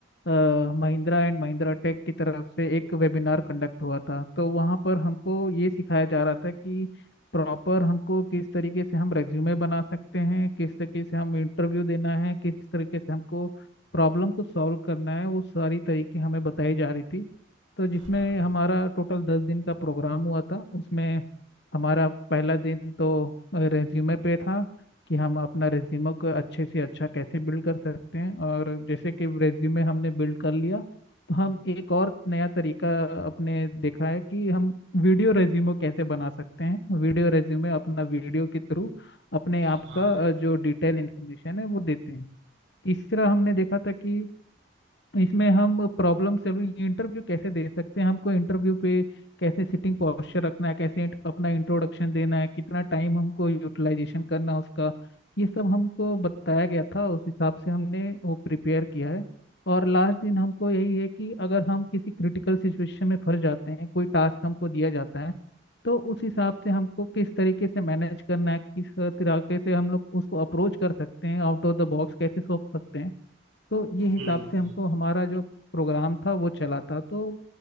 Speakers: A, on the left; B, on the right.
A: अ, महिंद्रा एंड महिंद्रा टेक की तरफ से एक वेबिनार कंडक्ट हुआ था तो वहाँ पर हमको ये सिखाया जा रहा था कि प्रॉपर हमको किस तरीके से हम रेज्यूमे बना सकते हैं किस तरीके से हम इंटरव्यू देना है किस तरीके से हमको प्रॉब्लम को सॉल्व करना है वो सारी तरीके हमें बताई जा रही थी तो जिसमें
B: हाँ
A: हमारा टोटल दस दिन का प्रोग्राम हुआ था उसमें हमारा पहला दिन तो रेज्यूमे पे था कि हम अपना रेज्यूमे को अच्छे से अच्छा कैसे बिल्ड कर सकते हैं और जैसे कि रेज्यूमे हमने बिल्ड कर लिया तो हम एक और नया तरीका अपने देखा है कि हम वीडियो रेज्यूमे कैसे बना सकते हैं वीडियो रेज्यूमे अपना वीडियो के थ्रू अपने आप
B: हाँ
A: का अ, जो डिटेल इंफॉर्मेशन है वो देते हैं तीसरा हमने देखा था कि इसमें हम प्रॉब्लम सॉल्विंग इंटरव्यू कैसे दे सकते हैं हमको इंटरव्यू पे कैसे सिटिंग पोस्चर रखना है कैसे int- अपना इंट्रोडक्शन देना है कितना टाइम हमको यूटिलाइजेशन करना है उसका ये सब हमको बताया गया था उस हिसाब से हमने वो प्रिपेयर किया है और लास्ट दिन हमको यही है कि अगर हम किसी क्रिटिकल सिचुएशन में फंस जाते हैं कोई टास्क हमको दिया जाता है तो उस हिसाब से हमको किस तरीके से मैनेज करना है किस तरीके से हम लोग उसको अप्रोच कर सकते हैं आउट ऑफ द बॉक्स कैसे सोच सकते हैं तो ये हिसाब
B: हम्म
A: से हमको हमारा जो प्रोग्राम था वो चला था तो